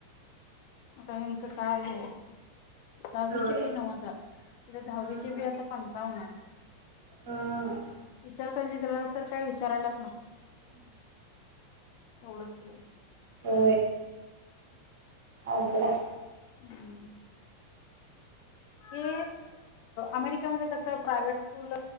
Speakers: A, on the left; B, on the right.
A: आता हचं काय आहे दहावीची
B: होय.
A: बी नऊ हजारे दहावीची
B: हम्म
A: बी आता पंचावन्न
B: हम्म
A: इचारतणज त्याला तर काय विचारायलाच नको उवडफी
B: हो अघडा
A: हम् हे अमेरिकेमध्ये कस प्रायव्हेट स्कूल